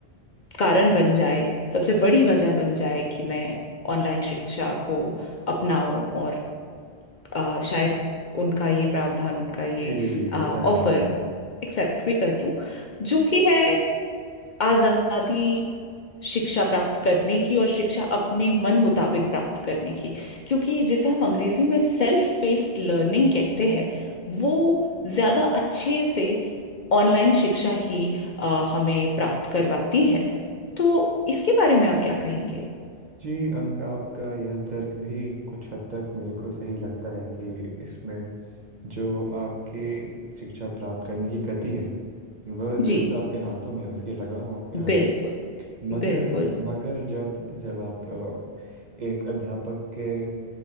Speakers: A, on the left; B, on the right.
A: कारण बन जाए, सबसे बड़ी वजह बन जाए कि मैं ऑनलाइन शिक्षा को अपनाऊं और अ, शायद उनका ये प्रावधान, उनका ये
B: जी जी जी
A: ऑफर
B: बताएं बताएं
A: एक्सेप्ट भी कर लूं, जो कि है आजादी शिक्षा प्राप्त करने की और शिक्षा अपने मन मुताबिक प्राप्त करने की क्योंकि जिसे हम अंग्रेजी में सेल्फ पेस्ड लर्निंग कहते हैं वो ज्यादा अच्छे से ऑनलाइन शिक्षा ही अ, हमें प्राप्त करवाती है तो इसके बारे में आप क्या कहेंगे
B: जी अंका आपका यह तर्क भी कुछ हद तक मेरे को सही लगता है कि इसमें जो आपकी शिक्षा प्राप्त करने की गति है वह
A: जी
B: जरूर आपके हाथों में है, उसकी लगाम आपके हाथों
A: बिल्कुल
B: में है। मगर
A: बिल्कुल
B: मगर जब जब आप अ, एक अध्यापक के